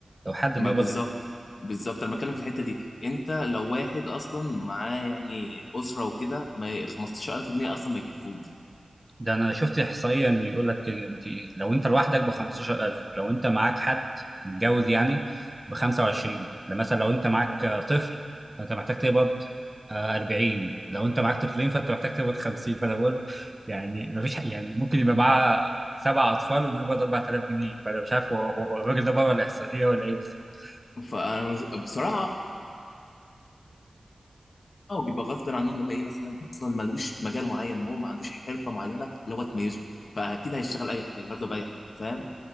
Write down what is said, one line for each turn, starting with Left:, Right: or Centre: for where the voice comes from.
Right: لو حد بيقبض
Left: ما بالظبط بالظبط انا بتكلم في الحتة دي انت لو واحد اصلا معاه يعني اسرة وكده ما ي- 15000 جنيه اصلا ما يكفوش
Right: ده انا شفت احصائيه ان يقول لك انت لو انت لوحدك ب 15000 لو انت معاك حد متجوز يعني ب 25 مثلا لو انت معاك آه، طفل فانت محتاج تقبض آه، 40 لو انت معاك طفلين فانت محتاج تقبض 50 فانا بقول يعني ما فيش حق- يعني ممكن يبقى معاه سبع اطفال وبيقبض 4000 جنيه فانا مش عارف هو هو الراجل ده بره الاحصائيه ولا ايه بالظبط
Left: فبصراحة اه بيبقى غصب عنهم اللي هم ايه مثلا اصلا ملوش مجال معين هو ما عندوش حرفة معينة اللي هو تميزه فاكيد هيشتغل اي حاجة برضه باي حاجة فاهم